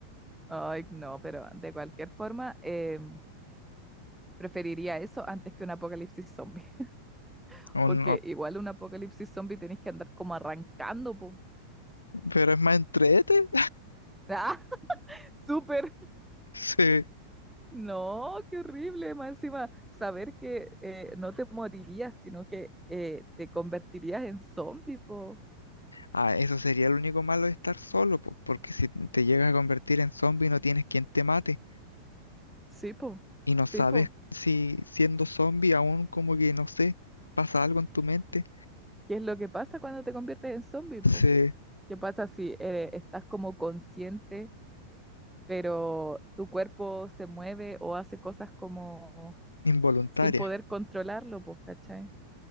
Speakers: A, in the centre; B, on the left.
A: Ay, no, pero de cualquier forma, eh, preferiría eso antes que un apocalipsis zombie. <laughs>
B: Un-
A: Porque
B: no,
A: igual un apocalipsis zombie tenés que andar como arrancando, po.
B: pero es más entrete.
A: ¡Ah! <laughs> ¡Súper!
B: Sí.
A: No, qué horrible. Más encima, saber que eh, no te morirías, sino que eh, te convertirías en zombie, po.
B: Ah, eso sería lo único malo de estar solo, po, porque si te llegas a convertir en zombie no tienes quien te mate
A: Sí, po.
B: y no
A: Sí,
B: sabes
A: po.
B: si siendo zombie aún como que no sé, pasa algo en tu mente,
A: ¿Qué es lo que pasa cuando te conviertes en zombie, po?
B: se
A: ¿Qué pasa si eh, estás como consciente, pero tu cuerpo se mueve o hace cosas como
B: involuntaria.
A: sin poder controlarlo, pues, ¿cachai?